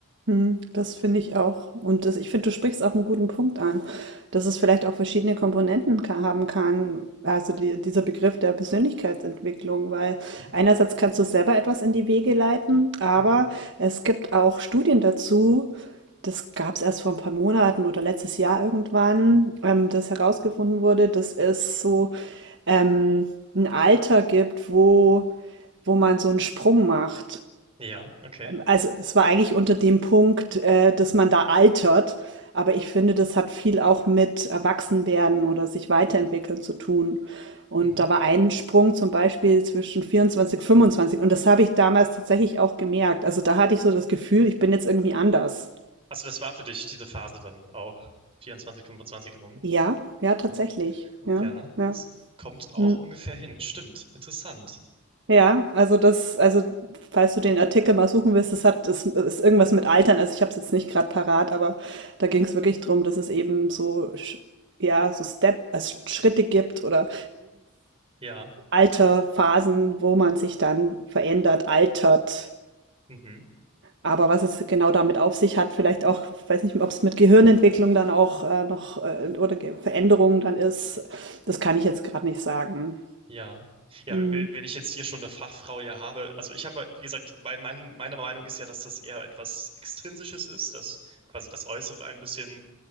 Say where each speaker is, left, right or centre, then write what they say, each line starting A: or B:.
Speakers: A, on the right; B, on the right.
A: Hm, das finde ich auch. Und das, ich finde, du sprichst auch einen guten Punkt an, dass es vielleicht auch verschiedene Komponenten ka- haben kann, also die, dieser Begriff der Persönlichkeitsentwicklung, weil
B: Mhm.
A: einerseits kannst du selber etwas in die Wege leiten, aber
B: Mhm.
A: es gibt auch Studien dazu, das gab es erst vor ein paar Monaten oder letztes Jahr irgendwann, ähm, das herausgefunden wurde, dass es so ähm, ein Alter gibt, wo, wo man so einen Sprung macht.
B: Ja, okay.
A: Also es war eigentlich unter dem Punkt, äh, dass man da altert, aber ich finde, das hat viel auch mit Erwachsenwerden oder sich weiterentwickeln zu tun. Und
B: Mhm.
A: da war ein Sprung zum Beispiel zwischen 24, 25 und das habe ich damals tatsächlich auch gemerkt. Also da hatte ich so das Gefühl, ich bin jetzt irgendwie anders.
B: Also das war für dich diese Phase dann auch vierundzwanzig 25 rum.
A: Ja, ja, tatsächlich.
B: Ähm,
A: Ja,
B: Ja,
A: ja.
B: es kommt auch
A: Hm.
B: ungefähr hin. Stimmt. Interessant.
A: Ja, also das, also falls du den Artikel mal suchen willst, das hat, das ist irgendwas mit Altern. Also ich habe es jetzt nicht gerade parat, aber da ging es wirklich drum, dass es eben so, sch- ja, so Step, also Schritte gibt oder
B: Ja.
A: Lebensalterphasen, wo man sich dann verändert, altert.
B: Mhm.
A: Aber was es genau damit auf sich hat, vielleicht auch, weiß nicht, ob es mit Gehirnentwicklung dann auch äh, noch äh, oder Ge- Veränderungen dann ist, das kann ich jetzt gerade nicht sagen.
B: Ja. Ja,
A: Hm,
B: we- wenn ich jetzt hier schon eine Fachfrau ja habe, also ich habe, wie gesagt, mein, mein, meine Meinung ist ja, dass das eher etwas Extrinsisches ist, dass quasi das Äußere ein bisschen